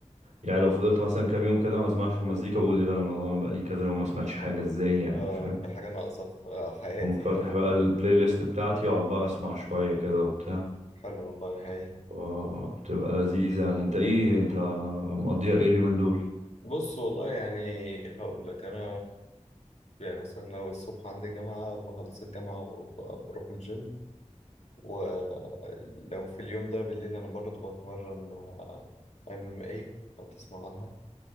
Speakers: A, on the right; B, on the left.
A: يعني لو فضلت مثلا كام يوم كده ما اسمعش المزيكا بقول ايه ده انا انا بقالي كذا يوم ما سمعتش حاجه ازاي يعني
B: اه
A: فاهم
B: في حاجه ناقصه في آه، حياتي
A: قوم فاتح
B: يعني
A: بقى البلاي ليست بتاعتي اقعد بقى اسمع شويه كده وبتاع
B: حلو والله هايل
A: اه بتبقى لذيذه يعني انت ايه انت مقضيها ايه اليومين دول
B: بص والله يعني هقول لك انا يعني مثلا لو الصبح عندي جامعه بخلص الجامعه وبروح الجيم ولو في اليوم ده بالليل انا برضه بتمرن ام ام اي لو تسمع عنها